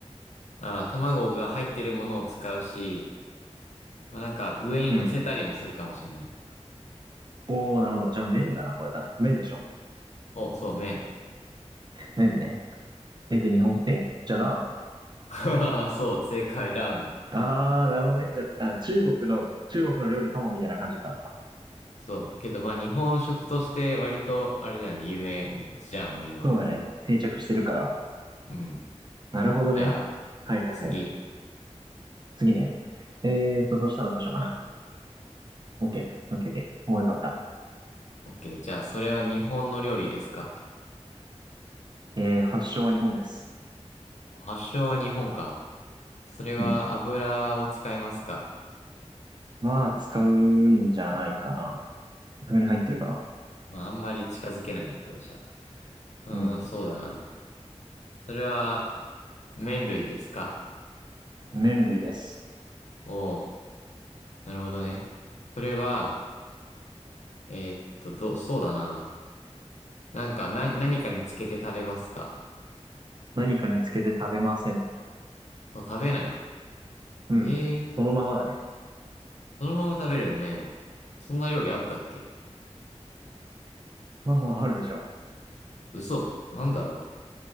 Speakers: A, on the left (about 80°); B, on the right (about 40°).
A: ああ、卵が入ってるものを使うし、まあなんか上に乗せたりもするかもしんない。
B: うん。おー、なるほど。じゃあ麺だな、これ多分。麺でしょ。
A: お、そう、麺。
B: 麺ね。え、で、日本、えじゃあラーメン。
A: <laughs> そう、正解、ラーメン。
B: あー、なるほどね。じゃあ、あ中国の、中国の料理かも、みたいな感じか。
A: そう。けど、まあ、日本食として割と、あれだよね、有名じゃんもう今。
B: そうだね。定着してるから。
A: うん。
B: なるほどね。
A: じゃあ、
B: はいはいはい。
A: 次。
B: 次ね。えーっと、そしたらどうしようかな。OK。OK、OK。思い浮かべた。
A: OK。じゃあ、それは日本の料理ですか
B: えー、発祥は日本です。
A: 発祥は日本か。それは油を使いますか
B: うん。まあ、使うんじゃないかな。袋に入ってるかな。
A: まあ、あんまり近づけないな、これじゃ。うーん、
B: うん。
A: そうだな。それは、麺類ですか
B: 麺類です。
A: おおーなるほどね。それは、えーっと、どう、そうだな。なんか、な、何かにつけて食べますか
B: 何かにつけて食べません。
A: あ食べないの
B: うん。
A: ええー
B: そのままだね。
A: そのまま食べれるの、麺を。そんな料理あったっけ
B: まあまあ、あるでしょ。
A: 嘘。なんだろ